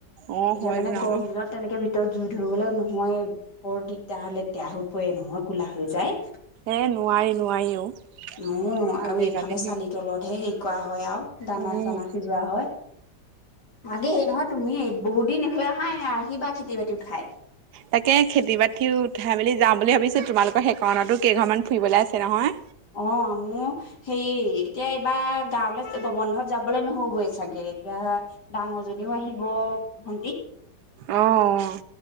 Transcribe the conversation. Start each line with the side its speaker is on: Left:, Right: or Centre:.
Right: অ',
Left: এতিয়া
Right: হয়
Left: মানে
Right: ন',
Left: গৰম দিনত তেনেকে ভিতৰত জুই ধৰিবলে নহয়, বৰ দিগদাৰ, লেতেৰা হৈ পৰে নহয় ক'লা হৈ যায়।
Right: এই নোৱাৰি নোৱাৰি অ'।
Left: অ'
Right: আজিকালি
Left: আৰু এইফালে চালি তলতহে হেৰি কৰা হয় আৰু দানা
Right: উম।
Left: চানা সি লোৱা হয়। আগে এই নহয় তুমি বহুত দিন এইফালে আহাই নাই, আহিবা খেতি বাতি উঠাই।
Right: তাকে খেতি বাতি উঠাই মেলি যাম বুলি ভাবিছো, তোমালোকৰ সেইকাৰণতো কেইঘৰমানান ফুৰিবলৈ আছে নহয়।
Left: অ' মোৰ সেই এতিয়া এইবাৰ গাঁৱলে গবন্ধত যাবলে নহবই চাগে, এতিয়া ডাঙৰজনীও আহিব, ভন্টি
Right: অ', অ'।